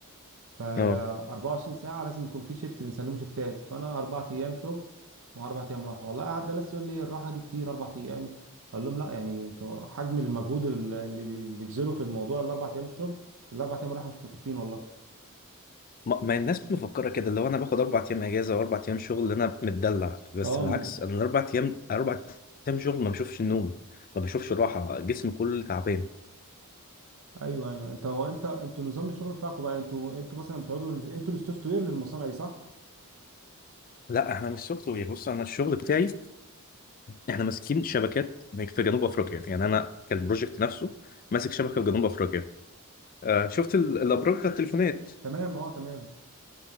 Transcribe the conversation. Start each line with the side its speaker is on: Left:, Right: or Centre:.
Right: ف
Left: اه
Right: 24 ساعه لازم يكون في شيفت بنسلمه شيفتات فانا اربع ايام شغل واربع ايام راحه والله قعدت ناس تقول لي الراحه دي كتير اربع ايام اقول لهم لا يعني انتوا حجم المجهود اللي اللي بنبذله في الموضوع الاربع ايام الشغل الاربع ايام راحه مش مكفين والله
Left: ما ما الناس مفكره كده اللي هو انا باخد اربع ايام اجازه واربع ايام شغل انا متدلع بس
Right: اه
Left: بالعكس انا الاربع ايام اربع ايام شغل ما بشوفش النوم ما بشوفش راحه جسمي كله تعبان
Right: ايوه ايوه انت هو انت انتوا نظام الشغل بتاعكم بقى انتوا انتوا مثلا بتقعدوا انتوا السوفت وير للمصانع دي صح؟
Left: لا احنا مش سوفت وير بص انا الشغل بتاعي احنا ماسكين شبكات في جنوب افريقيا يعني انا كالبروجكت نفسه ماسك شبكه في جنوب افريقيا آه شفت ال- الابراج بتاع التليفونات
Right: تمام اه تمام